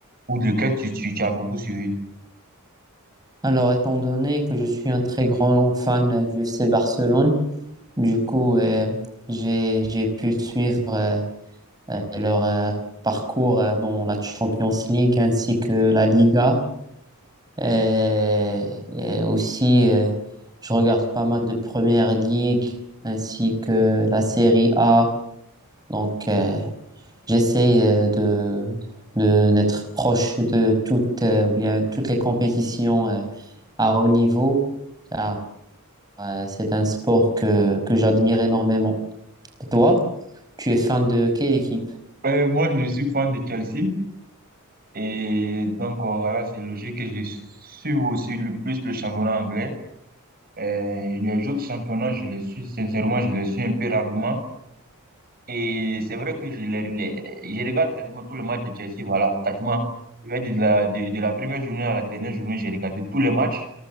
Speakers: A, on the right; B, on the right.
A: ou lequel tu, tu, tu as beaucoup suivi?
B: Alors, étant donné que je suis un très grand fan euh, du FC Barcelone, du coup, euh, j'ai, j'ai pu suivre euh, euh, leur euh, parcours euh, dans la Champions League ainsi que la Liga. Euh, et aussi, euh, je regarde pas mal de Première Ligue ainsi que la Série A. Donc, euh, j'essaie euh, de, de- d'être proche de toutes, euh, ou bien, toutes les compétitions euh, à haut niveau, car euh, c'est un sport que, que j'admire énormément. Et toi, tu es fan de quelle équipe?
A: Euh, moi, je suis fan de Chelsea. Et donc, euh, voilà, c'est logique que je suis aussi le plus le championnat anglais. Euh, les autres championnats, je les suis, sincèrement, je les suis un peu rarement. Et c'est vrai que je, les, les- les- je regarde quasiment tous les matchs de Chelsea, voilà, quasiment. Je vais dire de la, de, de la première journée à la dernière journée, j'ai regardé tous les matchs,